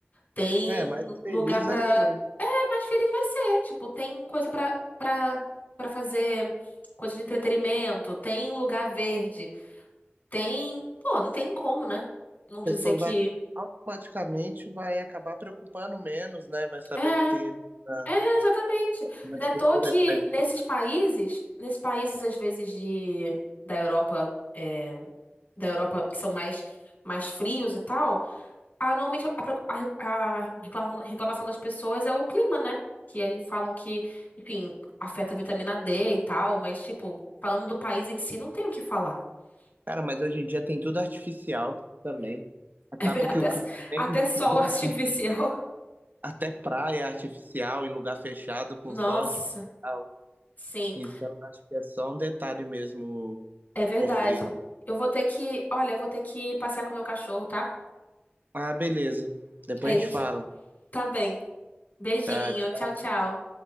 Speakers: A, on the left (about 55°); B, on the right (about 50°).
A: tem
B: É, mais feliz
A: lugar pra.
B: vai ser.
A: É, mais feliz vai ser. Tipo, tem coisa pra, pra, pra fazer, coisa de entretenimento, tem lugar verde, tem. Pô, não tem como, né?
B: A
A: Não dizer
B: pessoa
A: que.
B: vai automaticamente vai acabar preocupando menos, né? Vai saber
A: É.
B: que tem ele na-
A: É, exatamente.
B: uma
A: Não
B: estrutura
A: é à toa que
B: grande.
A: nesses países, nesses países às vezes de da Europa, é, da Europa que são mais mais frios e tal, Ah, normalmente a, pro- a re- a reclamação, reclamação das pessoas é o clima, né? Que aí falam que, enfim, afeta a vitamina D e tal, mas, tipo, falando do país em si, não tem o que falar. <laughs>
B: Cara, mas hoje em dia tem tudo artificial também. Acaba
A: É ver- Até,
B: que o clima nem,
A: até sol
B: <laughs>
A: <laughs> artificial.
B: Até praia artificial em lugar fechado com
A: Nossa,
B: sol artificial.
A: sim,
B: Então acho que é só um detalhe mesmo o
A: é verdade.
B: o frio.
A: Eu vou ter que, olha, eu vou ter que passear com o meu cachorro, tá?
B: Ah, beleza. Depois
A: Aí a
B: a gente
A: gente
B: fala.
A: tá bem. Beijinho,
B: Tá,
A: tchau, tchau.